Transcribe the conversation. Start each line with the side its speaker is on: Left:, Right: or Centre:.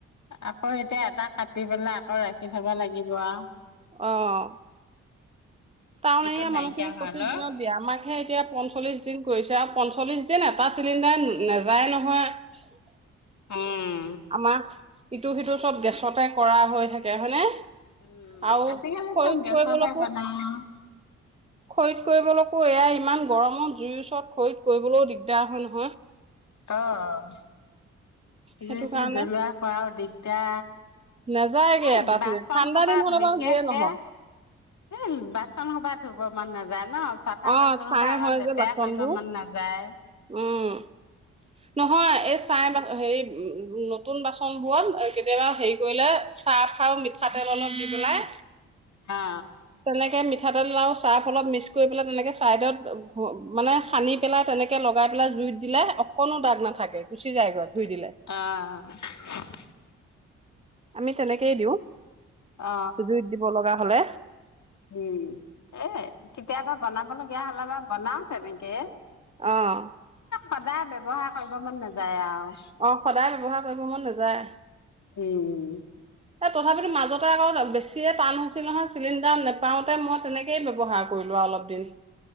Left: আকৌ এতিয়া এটা কাটি পেলাই আকৌ ৰাখি থব লাগিব আৰু
Right: অ'। টাউন
Left: এইটো
Right: এৰিয়া
Left: নাইকিয়া
Right: মানুহখিনিক
Left: হোৱালৈ
Right: পঁচিশ দিনত দিয়ে, আমাকহে এতিয়া পঞ্চল্লিশ দিন কৰিছে আও পঞ্চল্লিশ দিন এটা চিলিণ্ডাৰ নেযায় নহয়।
Left: উম
Right: আমাৰ ইটো-সিটো চব গেছতে কৰা হৈ থাকে, হয়নে?
Left: উম,
Right: আৰু
Left: আজিকালি
Right: খৰিত
Left: চব গেছতেই
Right: কৰিবলৈকো
Left: বনাও আৰু
Right: খৰিত কৰিবলৈকোও, এয়া ইমান গৰমত জুইৰ ওচৰত খৰিত কৰিবলৈও দিগদাৰ হয় নহয়।
Left: অ'। জুই-চুই
Right: সেইটো কাৰণে
Left: জ্বলোৱা, খোৱাও দি তিয়া
Right: নেযায়গে
Left: এই
Right: এটা
Left: বাচন
Right: চিলিণ্ডাৰ ঠাণ্ডা
Left: সোপা
Right: দিন হলে
Left: বিশেষকে,
Right: বাৰু যিয়ে নহওক
Left: এ বাচন সোপা ধু গৰমত নেযায়। ন' চাফা
Right: অ
Left: বাচন
Right: ছাই
Left: সোপা আকৌ
Right: হয়
Left: লেতেৰা
Right: যে বাচনবোৰ
Left: কৰিব মন নাযায়।
Right: উম। নহয়, এই চাই বাচ হেৰি নতুন বাচন বোৰত কেতিয়াবা হেৰি কৰিলে চাৰ্ফ আৰু মিঠাতেল অলপ দি পেলাই
Left: হা।
Right: তেনেকে মিঠাতেল আৰু চাৰ্ফ অলপ মিক্স কৰি পেলাই, তেনেকৈ ছাইডত, মানে সানি পেলাই তেনেকৈ লগাই পেলাই জুইত দিলে অকনো দাগ নাথাকে, গুচি যায়গৈ।
Left: অ'।
Right: ধুই দিলে আমি তেনেকেই দিওঁ,
Left: অ
Right: জুইত দিব লগা হ'লে।
Left: উম। এ কেতিয়াবা বনাব লগীয়া হলে বাৰু বনাও তেনেকে।
Right: অ'।
Left: সদায় ব্যৱহাৰ কৰিব মন নাযায় আৰু।
Right: অ', সদায় ব্যৱহাৰ কৰিব মন নাযায়।
Left: উম।
Right: এ তথাপিতো মাজতে আকৌ বেছিয়ে টান হৈছিল নহয়। চিলিণ্ডাৰ নোপাওঁতে মই তেনেকৈ ব্যৱহাৰ কৰিলোঁ আৰু অলপ দিন।